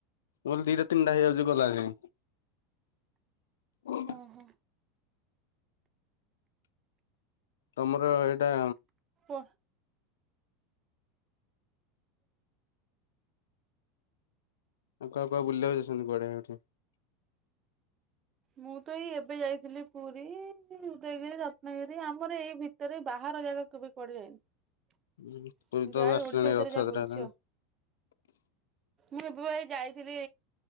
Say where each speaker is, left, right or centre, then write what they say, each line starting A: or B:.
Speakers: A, on the left; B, on the right.
A: ମୁଁ କହିଲି ଦିଟା ତିନିଟା ହେଇଯାଉଛି ଗଲା ଯାଏଁ।
B: ଓହୋ
A: ତମର ଏଇଟା।
B: ହ
A: ଆଉ କୁଆ କୁଆ ବୁଲିବାକୁ ଯାଇଛନ୍ତି କୁଆଡେ ଏଇଠି?
B: ମୁଁ ତ ଏଇ ଏବେ ଯାଇଥିଲି ପୁରୀ ଉଦୟଗିରି ରତ୍ନଗିରି ଆମର ଏଇ ଭିତରେ ବାହାର ଜାଗା କେବେ କୁଆଡେ ଯାଇନି
A: ହୁଁ ପୁରୀ ତ
B: ଯାହା
A: ଏବେ ଆସିଲାଣି
B: ଏଇ ଓଡିଶା ଭିତରେ
A: ରଥଯାତ୍ରା
B: ଯାହା ବୁଲିଛି
A: ହେଲାଣି
B: ଆଉ। ମୁଁ ଏବେ ପା ଏଇ ଯାଇଥିଲି